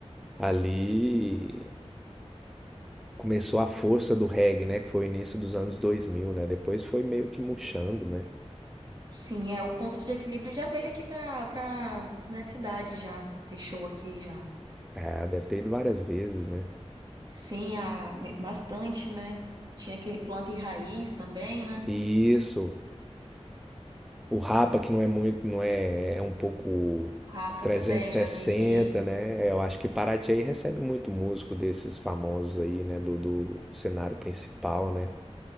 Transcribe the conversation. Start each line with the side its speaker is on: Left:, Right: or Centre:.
Centre: Ali começou a força do reggae, né? Que foi o início dos anos dois mil né? Depois foi meio que murchando, né?
Right: Sim, é, o ponto de equilíbrio já veio aqui pra, pra, pra minha cidade já, fechou aqui já.
Centre: É, deve ter ido várias vezes, né?
Right: Sim, a, bastante, né? Tinha aquele planta e raiz também, né?
Centre: Isso. O Rapa, que não é muito, não é, é um pouco
Right: O Rapa
Centre: trezentos
Right: também
Centre: e sessenta
Right: já veio aqui.
Centre: né? Eu acho que Paraty aí recebe muito músico desses famosos aí, né? Do, do cenário principal, né?